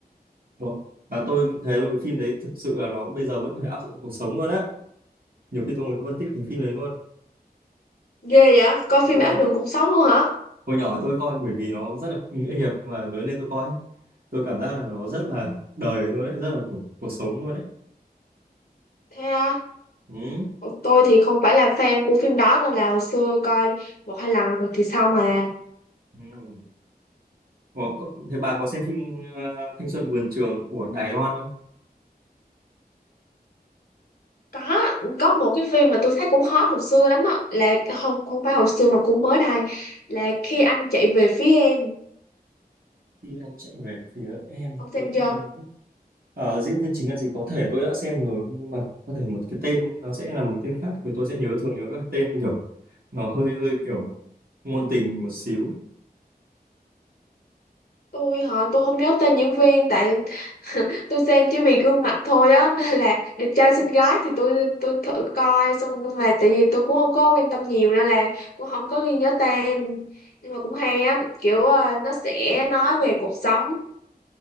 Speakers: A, on the right; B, on the left.
A: Ủa, Và tôi thấy luôn cái phim đấy thực sự là nó bây giờ vẫn có thể áp dụng cuộc sống luôn á. Nhiều khi tôi ngồi tôi phân tích cái phim đấy luôn.
B: ghê vậy coi phim
A: Đúng
B: Ác
A: rồi.
B: Đường Cuộc Sống luôn hả
A: Hồi nhỏ tôi coi bởi vì nó rất là nghĩa hiệp mà lớn lên tôi coi ấy, tôi cảm giác là nó rất là đời luôn đấy, rất là cuộc, cuộc sống luôn đấy.
B: thế à?
A: Ừ.
B: tôi thì không phải là fan của phim đó nên là hồi xưa coi một hai lần rồi thì xong à
A: Ừ. Ủa, có- thế bà có xem phim ờ, Thanh xuân vườn trường của Đài Loan không?
B: có có một cái phim mà tôi thấy cũng hot hồi xưa lắm á là không không phải hồi xưa mà cũng mới đây là khi anh chạy về phía em
A: Khi anh chạy về phía em
B: ông
A: tôi
B: xem
A: lại
B: chưa
A: không Ờ, diễn viên chính là gì có thể tôi đã xem rồi nhưng mà có thể một cái tên nó sẽ là một tên khác vì tôi sẽ nhớ thường nhớ cái tên kiểu nó hơi hơi kiểu ngôn tình một xíu
B: tôi hả tôi không nhớ tên diễn viên tại <laughs> tôi xem chỉ vì gương mặt thôi á nên là đẹp trai xinh gái thì tôi tôi thử coi xong nhưng mà tại vì tôi cũng không có quan tâm nhiều nên là cũng không có ghi nhớ tên nhưng mà cũng hay á kiểu ờ, nó sẽ nói về cuộc sống